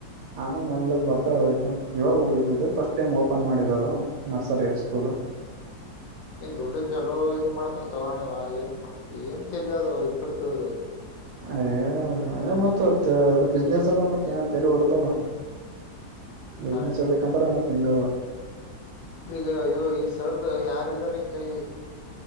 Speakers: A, on the right (about 75°); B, on the left (about 65°).
A: ಆಮೇಲೆ ಮೆಲ್ಲಗ್ ಬರ್ತಾವ ಅದಕ್ಕೆನ ಇವಾಗ ಇದೇ ಫಸ್ಟ್ ಟೈಮ್ ಓಪನ್ ಮಾಡಿದ್ದ ನರ್ಸರಿ ಸ್ಕೂಲ್.
B: <inaudible> ಏನ್ ದುಡ್ಡು ಚಲೋ ಇದ ಮಾಡ್ತನ್ ತೊಗೋ ಅಣ್ಣ ಇವ್ ಏನ್ ಏನ್ ತೆಲಿ ಆದೋ ಇಬ್ಬರುದು.
A: <unintelligible> ಹಂಗೆ ಮತ್ತ ಬಿಸ್ನೆಸ್ ಅಂದ್ರೆ ಮತ್ತೆ ತೇಲಿ ಹೊಡಿತದ. ಬಿಸ್ನೆಸ್
B: ಹಾ.
A: ಎದ್ದಕ್ ಅಂತರ್ ಮತ್ತೆ ಹಿಂಗದ.
B: ಈಗ ಇ ಈ ಸರ್ದ ಯಾರ್ ಹಿಡ್ದಾರ ಈ ಕೈ,